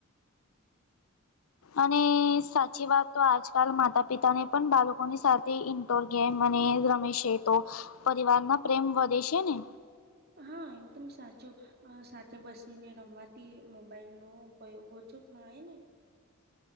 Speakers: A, on the left; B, on the right.
A: અને સાચી વાત તો, આજકાલ માતા પિતા ને પણ બાળકોની સાથે ઇન તો ગેમને રમેશે તો પરિવાર મા પ્રેમ વધે છે ને.
B: હા! એકદમ સાચું. અ સાથે બસીને રમવાથી મોબાઈલ નો ઉપયોગ ઓછો થાય ને.